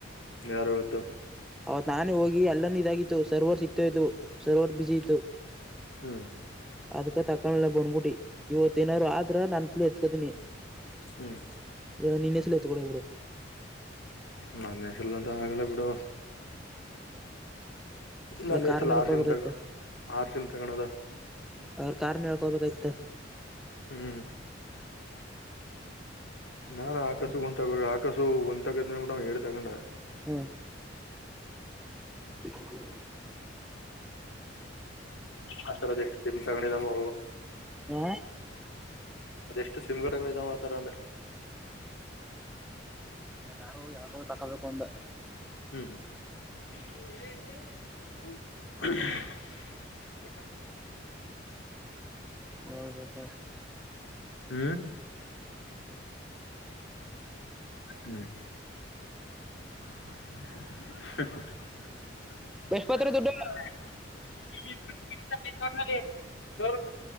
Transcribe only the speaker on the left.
ಯಾರು ಹೇಳಿದು
ಹ್ಮ್
ಹ್ಮ್
ನನ್ನ ಹೆಸ್ರಲ ಅಂತು ಆಗಲ್ಲಾ ಬಿಡು
ನಾನ್ ಹೆಸ್ರಲ್
ಆರ್ ಸಿಮ್ ತಗ ಆರ್ ಸಿಮ್ ತಗಣದ
ಹ್ಮ್ ನಾನ್ ಆಕಸುಗ ಒಂದ್ ತಗೋ ಆಕಸು ಒಂದ್ ತಗತಿನ್ನಂದ್ ಅವನ್ ಏರಡ್ ತಗೊಂಡ್
ಆ ತರದ್ ಎಷ್ಟ ಸಿಮ್ ತಗಂಡಿದಾವೊ
ಅದೆಷ್ಟು ಸಿಮ್ಗಳ್ ತಗಂಡಿದಾನೋ ಆತರ ಅಂದೆ
ಹ್ಮ್ <unintelligible> ಹ್ಮ್
ಹ್ಮ್ ಹ್ಮ್ <inaudible> ಹು <unintelligible>